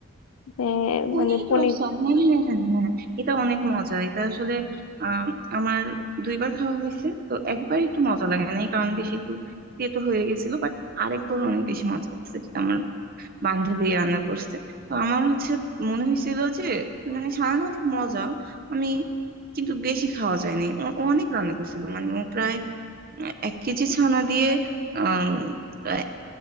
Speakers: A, on the left (about 80°); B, on the right (about 45°).
A: যে,
B: পনির
A: মানে পনির
B: রসা
A: দিয়ে?
B: হ্যাঁ হ্যাঁ হ্যাঁ হ্যাঁ এটা অনেক মজা এটা আসলে আম, আমার দুইবার খাওয়া হয়েছে তো একবার একটু মজা লাগে না কারণ বেশি একটু তেতো হয়ে গেছিল বাট আরেকবার অনেক বেশি মজা লাগছে যেটা আমার বান্ধবী রান্না করছে তো আমার হচ্ছে মনে হয়েছিল যে মানে সারাটা অনেক মজা আমি কিন্তু বেশি খাওয়া যায় নাই ও ও অনেক রান্না করছিল মানে ও প্রায় আহ এক কেজি ছানা দিয়ে আম, আহ,